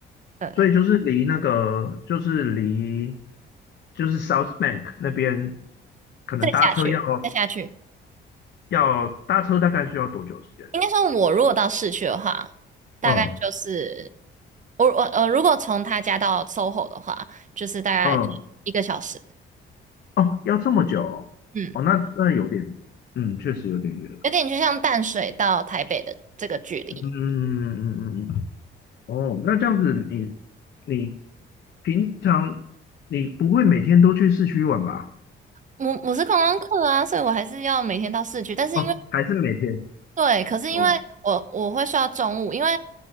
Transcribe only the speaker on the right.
对，
再下去，再下去，
应该说，我如果到市区的话，大概就是
我我呃，如果从他家到 SOHO 的话，就是大概一个小时，
嗯，
有点就像淡水到台北的这个距离。
我我是观光客啊，所以我还是要每天到市区，但是因为
对，可是因为我我会睡到中午，
因为